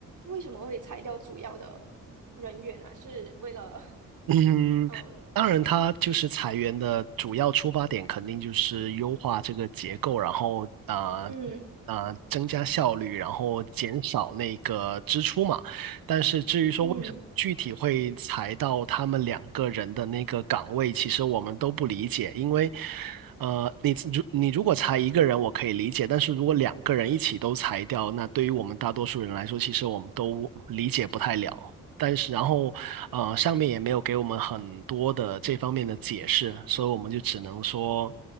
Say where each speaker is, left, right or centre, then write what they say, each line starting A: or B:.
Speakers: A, on the right; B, on the right.
A: 为什么会裁掉主要的人员呢、是为了，
B: 嗯，
A: 嗯
B: 当然，他就是裁员的主要出发点，肯定就是优化这个结构，然后啊啊、
A: 嗯
B: 呃呃增加效率，然后减少那个支出嘛。但是至于说为什么具体会裁到他们两个人的那个岗位，
A: 嗯，
B: 其实我们都不理解，因为呃，你如你如果裁一个人，我可以理解，但是如果两个人一起都裁掉，那对于我们大多数人来说，其实我们都理解不太了。但是然后呃上面也没有给我们很多的这方面的解释，所以我们就只能说